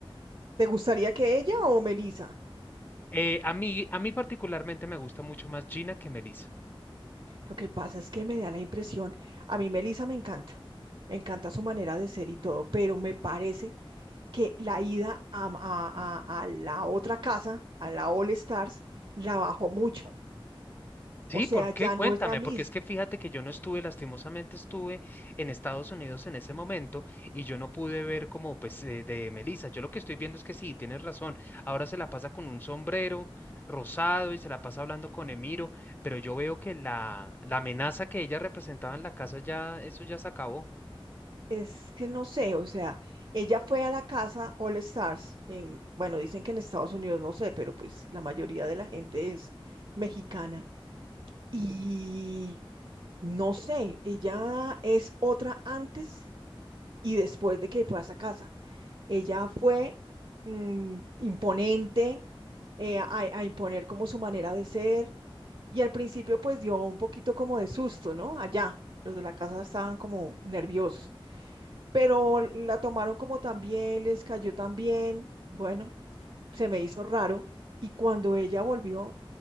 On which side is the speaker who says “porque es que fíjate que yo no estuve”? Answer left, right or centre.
Left